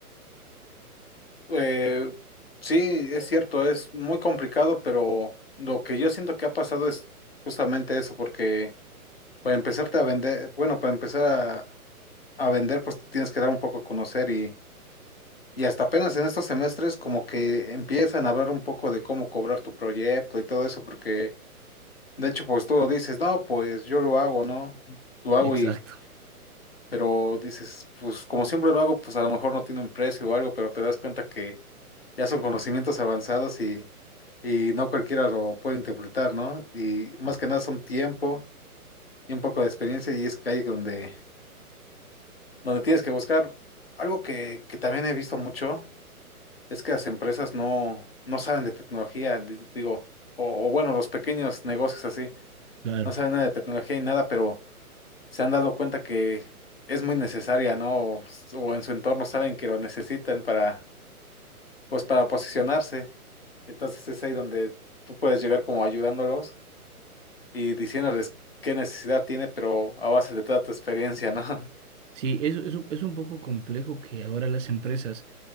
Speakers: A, on the left (about 40°); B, on the right (about 55°).
A: Eh, sí, es cierto, es muy complicado, pero lo que yo siento que ha pasado es justamente eso, porque para empezarte a vender, bueno, para empezar a, a vender, pues tienes que dar un poco a conocer y, y hasta apenas en estos semestres como que empiezan a hablar un poco de cómo cobrar tu proyecto y todo eso, porque de hecho, pues tú lo dices, no, pues yo lo hago, ¿no? Lo hago
B: Exacto,
A: y pero dices, pues como siempre lo hago, pues a lo mejor no tiene un precio o algo, pero te das cuenta que ya son conocimientos avanzados y, y no cualquiera lo puede interpretar, ¿no? Y más que nada son tiempo y un poco de experiencia y es que ahí donde, donde tienes que buscar. Algo que, que también he visto mucho es que las empresas no, no saben de tecnología, di- digo, o, o bueno, los pequeños negocios así,
B: claro.
A: no saben nada de tecnología y nada, pero se han dado cuenta que es muy necesaria, ¿no? O, s- o en su entorno saben que lo necesitan para, pues para posicionarse. Entonces es ahí donde tú puedes llegar como ayudándolos y diciéndoles qué necesidad tiene, pero a base de toda tu experiencia, ¿no? <laughs>
B: Sí, eso es, un- es un poco complejo que ahora las empresas.